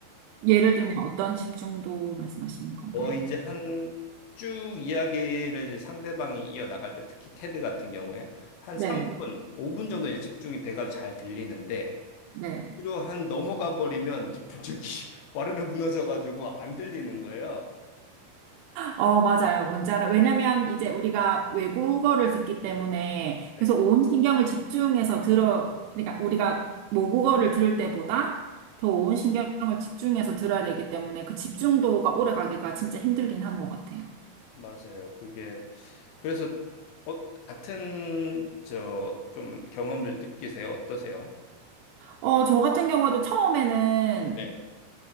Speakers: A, on the right; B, on the left.
A: 예를
B: 음,
A: 들면 어떤 집중도 말씀하시는 건가요?
B: 어, 이제 한 쭉 이야기를 이제 상대방이 이어나갈 때 특히 테드 같은 경우에 한
A: 네,
B: 3분, 5분 정도 이제 집중이 돼가지고 잘 들리는데
A: 네.
B: 뒤로 한 넘어가 버리면 집중력이 <laughs> 와르르 무너져가지고 안 들리는 거예요.
A: 어, 맞아요. 원자를. 왜냐면 이제 우리가 외국어를 듣기 때문에
B: 네.
A: 그래서 온 신경을 집중해서 들어, 그러니까 우리가 모국어를 들을 때보다 더 온 신경을 집중해서 들어야 되기 때문에 그 집중도가 오래 가기가 진짜 힘들긴 한 것 같아요.
B: 맞아요. 그게 그래서 어, 같은 저 좀 경험을 느끼세요? 어떠세요?
A: 어,
B: 어,
A: 저 같은 경우에도 처음에는
B: 네,